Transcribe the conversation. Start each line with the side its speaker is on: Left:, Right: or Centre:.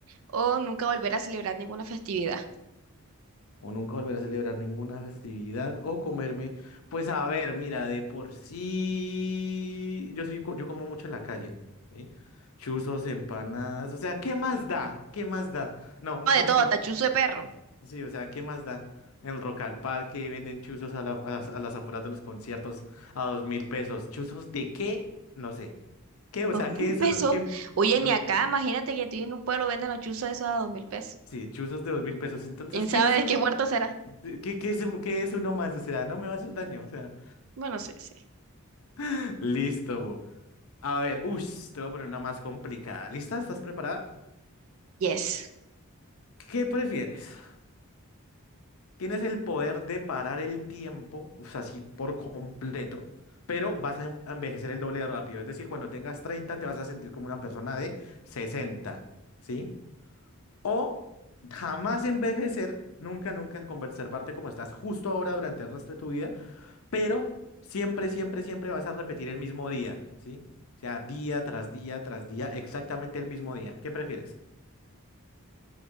Right: o nunca volver a celebrar ninguna festividad.
Left: o nunca volver a celebrar ninguna festividad o comerme. Pues a ver, mira, de por sí yo soy co- yo como mucho en la calle, ¿sí? Chuzos, empanadas, o sea, ¿qué más da? ¿Qué más da? No, un
Right: O
Left: pastel.
Right: de todo, hasta chuzo de perro.
Left: <laughs> Sí, o sea, ¿qué más da? En Rock al Parque venden chuzos a, la- a las, a las afueras de los conciertos a dos mil pesos. ¿Chuzos de qué? No sé. ¿Qué? O
Right: Dos
Left: sea,
Right: mil
Left: ¿qué es
Right: pesos.
Left: uno? ¿Qué?
Right: Oye,
Left: ¿Dónde?
Right: ni acá, imagínate que tú en un pueblo venden los chuzos esos a dos mil pesos.
Left: Sí, chuzos de dos mil pesos. Entonces,
Right: ¿Quién
Left: ¿qué
Right: sabe
Left: es
Right: de
Left: uno?
Right: qué muerto será?
Left: ¿Qué, qué es, un- qué es uno más? O sea, no me va a hacer daño. O sea,
Right: Bueno, sí, sí.
Left: <laughs> listo. A ver, uy, te voy a poner una más complicada. ¿Lista? ¿Estás preparada?
Right: Yes.
Left: ¿Qué prefieres? Tienes el poder de parar el tiempo, o sea, así por completo, pero vas a en- a envejecer el doble de rápido. Es decir, cuando tengas 30, te vas a sentir como una persona de 60, ¿sí? O jamás envejecer, nunca, nunca, conservarte como estás justo ahora durante el resto de tu vida pero siempre, siempre, siempre vas a repetir el mismo día, ¿sí? O sea, día tras día tras día, exactamente el mismo día. ¿Qué prefieres?